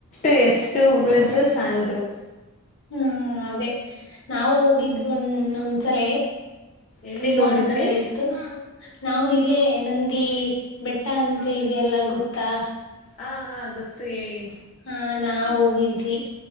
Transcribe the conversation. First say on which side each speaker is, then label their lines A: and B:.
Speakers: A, on the left (about 35°); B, on the left (about 55°).
A: ಅ ಎಷ್ಟು ಹೊಗಳಿದ್ರು ಸಾಲದು
B: ಹ್ಮ್ ಅದೇ ನಾವು ಹೋಗಿದ್ವಣೊಂದ್ಸಲೇ
A: ಎಲ್ಲಿಗ್
B: ತುಂಬಾ
A: ಹೋಗಿದ್ರಿ
B: ಚೆನ್ನಾಗಿತ್ತು ನಾವು ಇಲ್ಲೇ ನಂದಿ ಬೆಟ್ಟ ಬೆಟ್ಟಾ ಅಂತ ಇದೆ ಎಲ್ಲಾ ಗೊತ್ತಾ
A: ಹ ಹಾ ಗೊತ್ತು ಹೇಳಿ
B: ಹಾ ನಾವು ಹೋಗಿದ್ವಿ